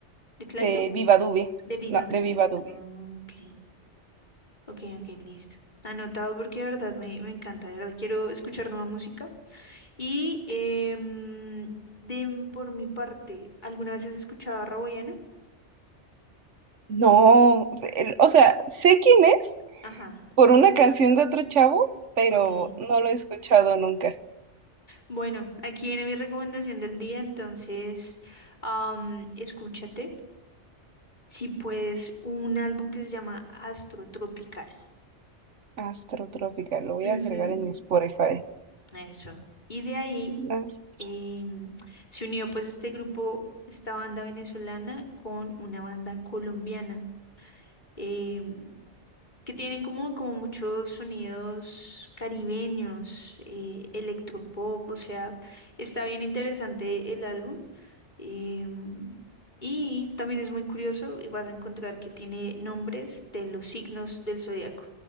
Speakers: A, on the left; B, on the right.
A: ¿De Clairo?
B: De Viva Dube.
A: De Viva
B: No,
A: Dubé.
B: de Viva Dube.
A: Ah, Ok, ok, ok, listo. Anotado porque de verdad me, me encanta, de verdad quiero escuchar nueva música. Y em, de, por mi parte, ¿alguna vez has escuchado a Raboyana?
B: No, pero, o sea, sé quién es,
A: Ajá,
B: por una canción de otro chavo, pero
A: ok.
B: no lo he escuchado nunca.
A: Bueno, aquí viene mi recomendación del día, entonces am, escúchate, si puedes, un álbum que se llama Astro Tropical.
B: Astrotrópica, lo voy a
A: Ujú,
B: agregar en mi Spotify.
A: eso. Y de ahí
B: Ast-
A: em, se unió pues este grupo, esta banda venezolana con una banda colombiana. Em, que tienen como, como muchos sonidos caribeños, eh, electropop, o sea, está bien interesante el álbum. em, y también es muy curioso y vas a encontrar que tiene nombres de los signos del zodiaco,